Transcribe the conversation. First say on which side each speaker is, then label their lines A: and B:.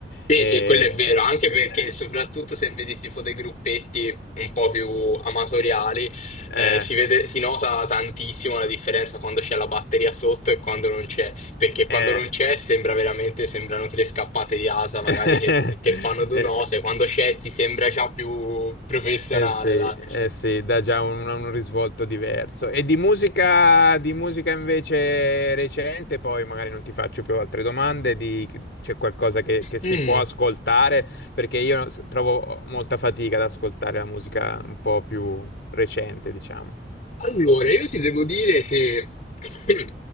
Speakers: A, on the left; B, on the left.
A: Sì,
B: E,
A: sì, quello è vero, anche perché
B: eh,
A: soprattutto se vedi tipo dei gruppetti un po' più amatoriali,
B: eh,
A: eh, si vede- si nota tantissimo la differenza quando c'è la batteria sotto e quando non c'è, perché quando
B: eh,
A: non c'è sembra veramente, sembrano tre scappate di asa magari
B: <laughs>
A: che, che fanno due
B: Eh,
A: note, quando c'è ti sembra già più professionale,
B: eh sì,
A: dai.
B: eh sì, dà già un, un risvolto diverso. E di musica, di musica invece recente, poi magari non ti faccio più altre domande, di- c'è qualcosa che, che si
A: Mm.
B: può ascoltare, perché io s- trovo molta fatica ad ascoltare la musica un po' più recente, diciamo.
A: Allora, io ti devo dire che <clears throat>